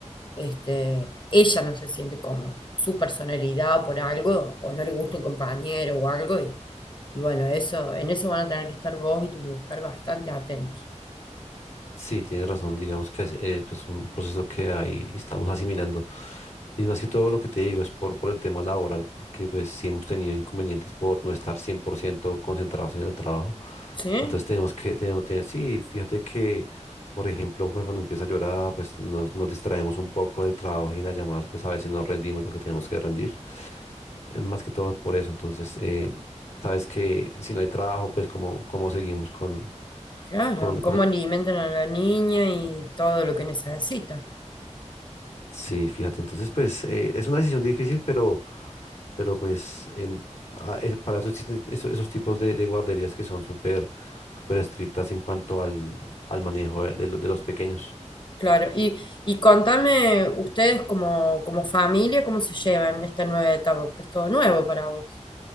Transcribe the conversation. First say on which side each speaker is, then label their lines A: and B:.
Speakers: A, on the left; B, on the left.
A: este, ella no se siente cómoda, su personalidad por algo, o no le gusta un compañero o algo, y, y bueno, eso, en eso van a tener que estar vos y tu mujer bastante atentos.
B: Sí, tienes razón, digamos que es eh, pues, un proceso que ahí estamos asimilando. Y más que todo lo que te digo es por, por el tema laboral, porque pues sí hemos tenido inconvenientes por no estar 100% concentrados en el trabajo.
A: ¿Sí?
B: Entonces tenemos que, tenemos, te- sí, fíjate que, por ejemplo, cu- cuando, empieza a llorar, pues nos, nos distraemos un poco del trabajo y en las llamadas, pues a veces no rendimos lo que tenemos que rendir. Eh, Más que todo por eso, entonces, eh, sabes que si no hay trabajo, pues cómo, cómo seguimos con
A: Claro,
B: con...
A: cómo
B: con
A: alimentan a la niña y todo lo que necesita.
B: Sí, fíjate, entonces pues eh, es una decisión difícil, pero, pero pues en, a- eh, para eso existen eso- esos tipos de, de guarderías que son súper, súper estrictas en cuanto al, al manejo de, de lo- de los pequeños.
A: Claro, y, y contame ustedes como, como familia, ¿cómo se llevan esta nueva etapa? Que es todo nuevo para vos.